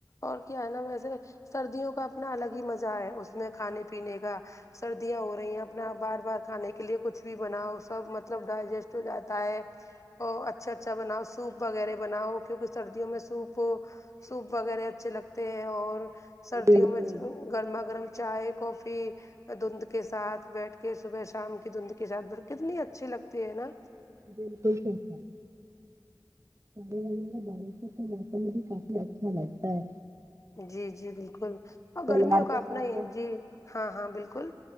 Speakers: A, on the left (about 40°); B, on the right (about 40°).
A: اور کیا ہے نا ویسے سردیوں کا اپنا الگ ہی مزہ ہے اس میں کھانے پینے کا سردیاں ہو رہی ہیں اپنا بار بار کھانے کے لیے کچھ بھی بناؤ سب مطلب ڈائجسٹ ہو جاتا ہے ا اچھا اچھا بناؤ سوپ وغیرہ بناؤ کیونکہ سردی میں سوپ سوپ وغیرہ اچھے لگتے ہیں اور سردیوں
B: بالکل
A: میں گرما گرم چائے کافی دھندھ کے ساتھ بیٹھ کے صبح شام کی دھند کے ساتھ بیٹھ کتنی اچھی لگتی ہے نا
B: بالکل <unintelligible> ے والے میں بارشوں کا موسم بھی کافی اچھا لگتا ہے
A: جی جی بالکل اور
B: پریوار
A: گرمیوں کا
B: کے
A: اپنا
B: ساتھ
A: ہی ہے جی ہاں ہاں بالکل